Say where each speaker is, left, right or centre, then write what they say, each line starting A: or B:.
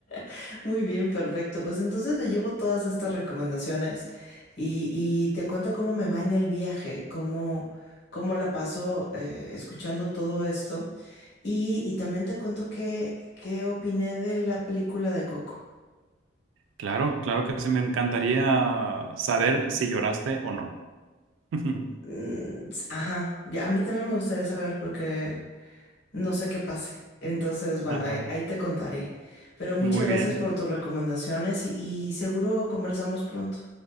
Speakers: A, on the left; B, on the right.
A: <laughs> Muy bien, perfecto. Pues entonces me llevo todas estas recomendaciones y, y te cuento cómo me va en el viaje, cómo, cómo la paso eh, escuchando todo esto. Y, y también te cuento qué, qué opiné de la película de Coco.
B: claro, claro que sí, me encantaría saber si lloraste o no. <laughs>
A: Mm, s- Ajá, Ya, a mí también me gustaría saber porque No sé qué pase. Entonces, bueno,
B: Ajá,
A: ahí, ahí te contaré. Pero muchas
B: muy bien,
A: gracias por tus recomendaciones y, y seguro conversamos pronto.